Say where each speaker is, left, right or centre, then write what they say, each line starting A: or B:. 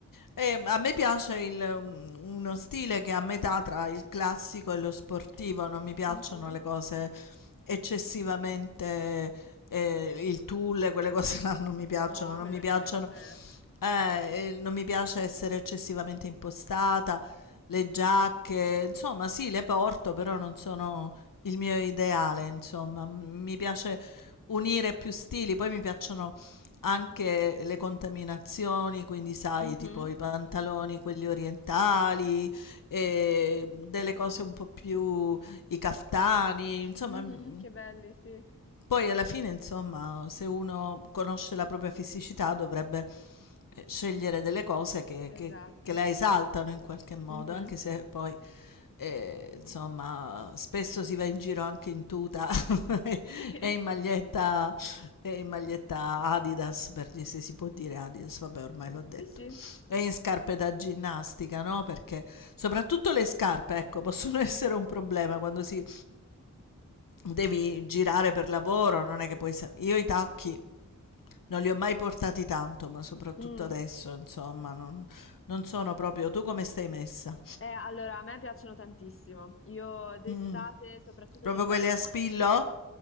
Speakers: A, on the left; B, on the left.
A: E a me piace il- un- uno stile che è a metà tra il classico e lo sportivo, non mi piacciono
B: Mhm.
A: le cose eccessivamente, eh, il tulle, quelle cose là non mi piacciono,
B: No,
A: non
B: quello
A: mi piacciono
B: nemmeno a me.
A: eh, eh, non mi piace essere eccessivamente impostata, le giacche, insomma, sì, le porto, però non sono il mio ideale, insomma. M- Mi piace unire più stili, poi mi piacciono anche le contaminazioni, quindi sai,
B: Mhm.
A: tipo i pantaloni, quelli orientali, e delle cose un po' più, i caftani, insomma,
B: Mhm,
A: m-
B: Che belli, sì.
A: poi alla fine, insomma, se uno conosce la propria fisicità dovrebbe eh, scegliere delle cose che, che-
B: Esatto.
A: che la esaltano in qualche modo,
B: Mhm.
A: anche se poi, eh, insomma, spesso si va in giro anche in tuta <laughs>
B: <laughs>
A: e in maglietta, e in maglietta Adidas, per dire se si può dire Adidas, vabbè, ormai l'ho detto,
B: Sì, sì.
A: e in scarpe da ginnastica, no? Perché soprattutto le scarpe, ecco, possono <laughs> essere un problema quando si devi girare per lavoro, non è che puoi... sa- Io i tacchi non li ho mai portati tanto, ma soprattutto
B: Mm.
A: adesso, insomma, non, non sono proprio... Tu come stai messa?
B: Eh, allora, a me piacciono tantissimo. Io d'estate,
A: Mm,
B: soprattutto
A: Proprio
B: d'inverno,
A: quelle a spillo?